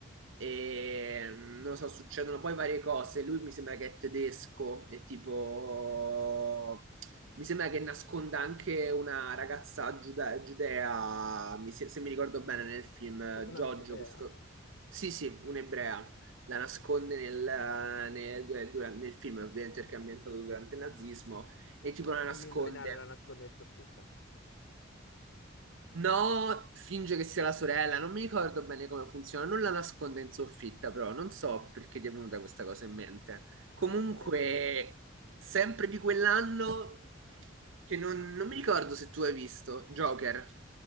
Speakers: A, on the right; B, on the left.
A: e mm, non lo so, succedono poi varie cose. Lui mi sembra che è tedesco e tipo mi sembra che nasconda anche una ragazza giuda- giudea, mi se, se mi ricordo bene nel film, eh,
B: <laughs> Una
A: Giorgio,
B: giudea?
A: questo... Sì, sì, un'ebrea la nasconde nel, nel- dura- nel film, ovviamente perché è ambientato durante il nazismo, e tipo la
B: Fammi
A: nasconde.
B: indovinare, la nasconde in soffitta.
A: No, finge che sia la sorella, non mi ricordo bene come funziona, non la nasconde in soffitta, però non so perché ti è venuta questa cosa in mente.
B: Non
A: Comunque,
B: lo so neanche io.
A: sempre di quell'anno, che non, non mi ricordo se tu hai visto, Joker,